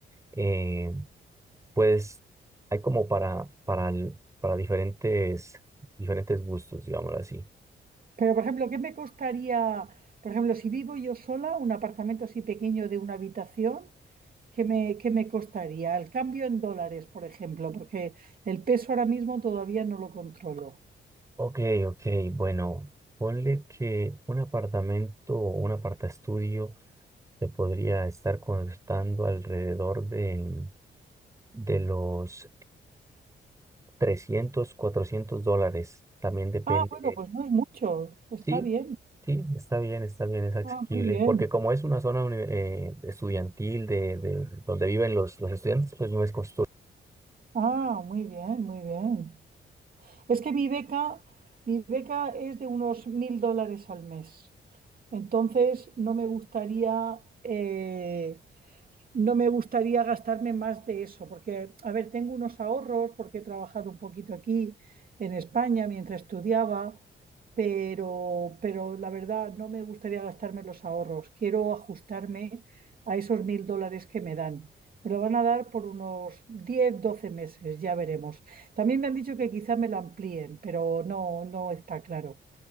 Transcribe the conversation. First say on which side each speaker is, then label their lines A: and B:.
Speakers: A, on the right (about 15°); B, on the right (about 50°).
A: eh, pues hay como para, para, el- para diferentes, diferentes gustos, digámoslo así.
B: Pero, por ejemplo, ¿qué me costaría, por ejemplo, si vivo yo sola, un apartamento así pequeño de una habitación, ¿qué me, qué me costaría? El cambio en dólares, por ejemplo, porque el peso ahora mismo todavía no lo controlo.
A: Ok, ok, bueno, ponle que un apartamento o un apartaestudio se podría estar costando alrededor de, de los 300 400 dólares. También depende.
B: Ah, bueno, pues no es mucho. Está
A: Sí,
B: bien.
A: sí, está bien, está bien, es asequible.
B: Ah, muy bien.
A: Porque como es una zona uni- eh, estudiantil de, de donde viven los, los estudiantes, pues no es costoso.
B: Ah, muy bien, muy bien. Es que mi beca, mi beca es de unos mil dólares al mes. Entonces, no me gustaría, eh, no me gustaría gastarme más de eso, porque, a ver, tengo unos ahorros, porque he trabajado un poquito aquí en España mientras estudiaba, pero, pero la verdad no me gustaría gastarme los ahorros. Quiero ajustarme a esos mil dólares que me dan. Me lo van a dar por unos 10, 12 meses, ya veremos. También me han dicho que quizá me lo amplíen, pero no, no está claro.